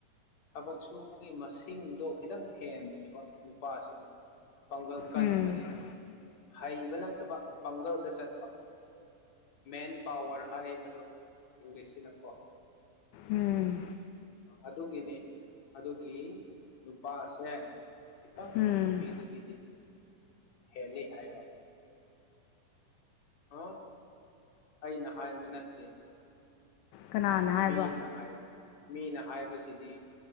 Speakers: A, on the left (about 55°); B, on the left (about 75°).
A: ꯊꯕꯛ ꯁꯨꯕꯒꯤ ꯃꯁꯤꯡꯗꯣ ꯈꯤꯇꯪ ꯍꯦꯟꯈꯤꯕ ꯅꯨꯄꯥꯁꯤꯡ ꯄꯥꯡꯒꯜ ꯀꯟꯕꯅꯤꯅ
B: ꯎꯝ ꯎꯝ ꯎꯝ
A: ꯍꯩꯕ ꯅꯠꯇꯕ ꯄꯥꯡꯒꯜꯗ ꯆꯠꯄ ꯃꯦꯟ ꯄꯋꯔ ꯍꯥꯏ ꯃꯗꯣ ꯏꯪꯂꯤꯁꯁꯤꯅꯀꯣ
B: ꯎꯝ
A: ꯑꯗꯨꯒꯤꯅꯦ ꯑꯗꯨꯒꯤ ꯅꯨꯄꯥꯁꯦ ꯈꯤꯇꯪ
B: ꯎꯝ
A: ꯅꯨꯄꯤꯗꯒꯤꯗꯤ ꯍꯦꯜꯂꯤ ꯍꯥꯏꯕ ꯑ ꯑꯩꯅ ꯍꯥꯏꯕ ꯅꯠꯇꯦ
B: ꯀꯅꯥꯅ ꯍꯥꯏꯕ
A: ꯃꯤꯅ ꯍꯥꯏꯕ ꯃꯤꯅ ꯍꯥꯏꯕꯁꯤꯗꯤ